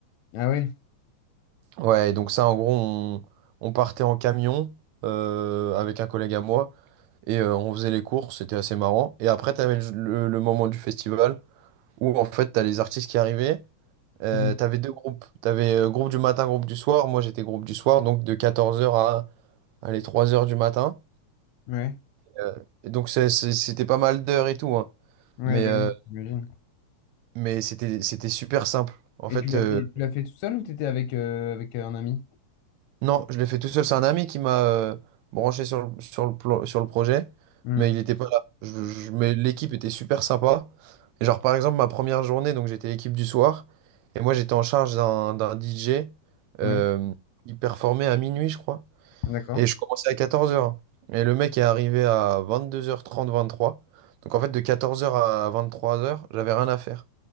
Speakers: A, on the left; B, on the right.
A: Ah oui.
B: Ouais, donc ça, en gros, on, on partait en camion euh, avec un collègue à moi et euh, on faisait les courses, c'était assez marrant. Et après, t'avais le, le- le moment du festival où en fait, t'as les artistes qui arrivaient. Euh,
A: Mmh.
B: t'avais deux groupes, t'avais euh, groupe du matin, groupe du soir. Moi, j'étais groupe du soir, donc de 14 heures à, à les trois heures du matin.
A: Ouais.
B: Euh, et donc, c'est- c'est- c'était pas mal d'heures et tout, hein.
A: Ouais,
B: Mais,
A: bah
B: euh,
A: oui, j'imagine.
B: mais c'était, c'était super simple. En
A: Et
B: fait,
A: tu l'as
B: euh,
A: fait, tu l'as fait tout seul ou t'étais avec, euh, avec un ami?
B: Non, je l'ai fait tout seul. C'est un ami qui m'a euh, branché sur le, sur le, plo- sur le projet,
A: hmm
B: mais il n'était pas là. Je- je- mais l'équipe était super sympa. Et genre, par exemple, ma première journée, donc j'étais équipe du soir, et moi j'étais en charge d'un d'un DJ.
A: Oui,
B: euh, il performait à minuit, je crois.
A: d'accord.
B: Et je commençais à quatorze heures Et le mec est arrivé à vingt-deux heures trente vingt-trois. Donc en fait, de quatorze heures à vingt-trois heures j'avais rien à faire.